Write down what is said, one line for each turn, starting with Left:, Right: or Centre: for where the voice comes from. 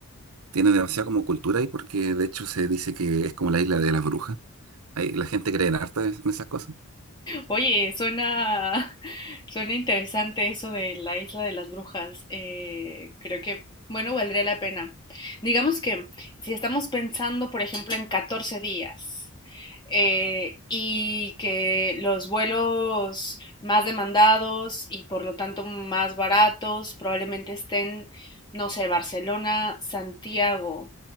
Right: Tiene demasiada como cultura ahí porque de hecho se dice que es como la isla de las brujas. Ahí la gente cree en harta en esas cosas.
Left: Oye, suena, <laughs> suena interesante eso de la isla de las brujas. eh, creo que, bueno, valdría la pena. Digamos que si estamos pensando, por ejemplo, en catorce días eh, y que los vuelos más demandados y por lo tanto más baratos probablemente estén, no sé, Barcelona, Santiago,